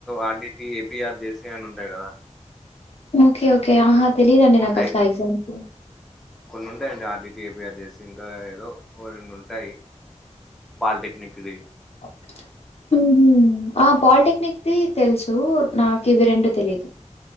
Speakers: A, in the centre; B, on the left.
A: ఆర్డీటీ ఏపీఆర్ జేసీ అని ఉంటాయి కదా
B: ఓకే ఓకే ఆహా తెలీదండి
A: ఉంటాయి
B: నాకు అసలా ఆ ఎగ్జామ్సు
A: కొన్ని ఉంటాయండి ఆర్డీటి ఏపిఆర్ జేసి ఇంకా ఏదో ఓ రెండు ఉంటాయి పాల్టెక్నిక్ దీ
B: <inaudible> ఊహు ఆ పాల్టెక్నిక్ దీ తెలుసూ నాకు ఇవి రెండు తెలీదు